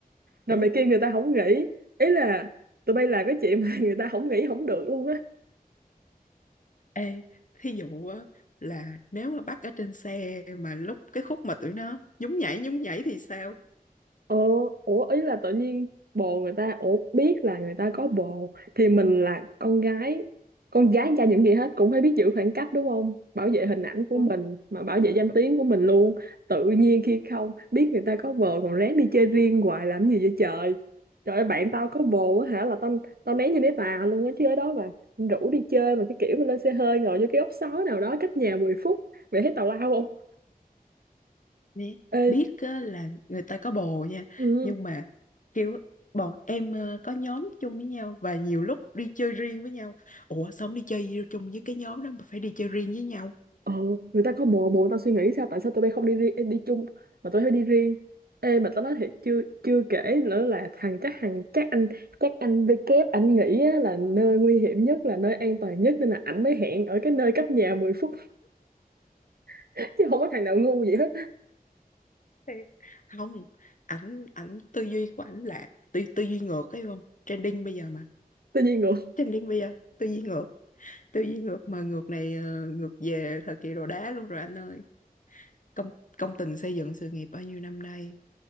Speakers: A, on the right; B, on the left.
A: rồi
B: đúng.
A: mày kêu người ta không nghỉ ý là tụi bay làm cái chuyện mà <laughs> người ta không nghỉ không được luôn á
B: Ê, thí dụ á, là nếu mà bắt ở trên xe mà lúc cái khúc mà tụi nó nhún nhảy nhún nhảy thì sao?
A: Ờ, ủa ý là tự nhiên bồ người ta ủa biết là người ta có bồ thì mình là con gái con gái cha những gì hết cũng phải biết giữ khoảng cách đúng không bảo vệ hình ảnh của
B: Đúng
A: mình mà bảo vệ danh tiếng của mình luôn tự nhiên khi không biết người ta có bồ còn rén đi chơi riêng hoài làm gì vậy trời trời ơi bạn tao có bồ á hả là tao tao né như né tà luôn á chứ ở đó mà rủ đi chơi mà cái kiểu mà lên xe hơi ngồi vô cái ốc sói nào đó cách nhà mười phút vậy thấy tào lao không
B: nè.
A: ê
B: Biết á, là người ta có bồ nha,
A: ừ,
B: nhưng mà kiểu bọn em ờ, có nhóm chung với nhau và nhiều lúc đi chơi riêng với nhau. Ủa sao không đi chơi chung với cái nhóm đó mà phải đi chơi riêng với nhau?
A: ờ người ta có bồ bồ người ta suy nghĩ sao tại sao tụi bay không đi riêng đi chung mà tụi bay phải đi riêng ê mà tao nói thiệt chưa chưa kể nữa là thằng chắc thằng chắc anh chắc anh với kép anh nghĩ á, là nơi nguy hiểm nhất là nơi an toàn nhất nên là ảnh mới hẹn ở cái nơi cách nhà 10 phút <laughs> chứ không có thằng nào ngu gì hết
B: Thiệt. Không, ảnh ảnh tư duy của ảnh là tư tư duy ngược ấy không? Trending bây giờ mà.
A: tự nhiên ngược
B: Trending bây giờ tư duy ngược. tư duy ngược mà ngược này ờ, ngược về thời kỳ đồ đá luôn rồi anh ơi công công tình xây dựng sự nghiệp bao nhiêu năm nay